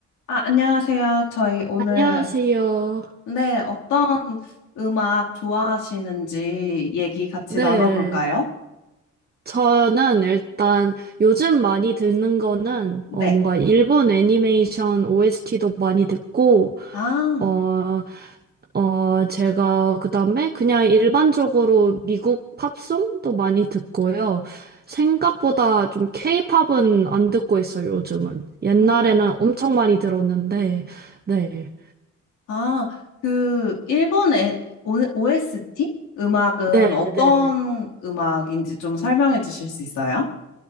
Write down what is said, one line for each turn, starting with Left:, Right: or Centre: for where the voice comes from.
Left: 아, 안녕하세요. 저희 오늘,
Right: 안녕하세요.
Left: 네, 어떤 음악 좋아하시는지 얘기 같이
Right: 네.
Left: 나눠볼까요?
Right: 저는 일단 요즘 많이 듣는 거는
Left: 네.
Right: 어 뭔가 일본 애니메이션 OST도 많이 듣고
Left: 아,
Right: 어 어 제가 그다음에 그냥 일반적으로 미국 팝송도 많이 듣고요. 생각보다 좀 케이팝은 안 듣고 있어요, 요즘은. 옛날에는
Left: 음,
Right: 엄청 많이 들었는데. 네.
Left: 아, 그, 일본 에, 오- OST? 음악은
Right: 네,
Left: 어떤
Right: 네, 네.
Left: 음악인지 좀 설명해 주실 수 있어요?